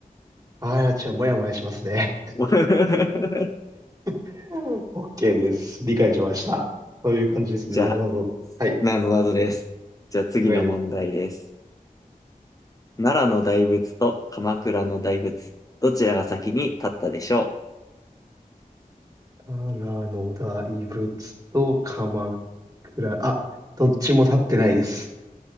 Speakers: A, on the right; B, on the left.
A: あー、ちょ、もやもやしますね。
B: <laughs>
A: <laughs> OK です。理解しました。そういう感じですね。
B: じゃあ、
A: なぞなぞ。はい、
B: なぞなぞです。じゃあ次の問題です。
A: 了解です。はい
B: 奈良の大仏と鎌倉の大仏、どちらが先に立ったでしょ
A: 奈良の大仏と鎌倉、あ、どっちも立ってないです。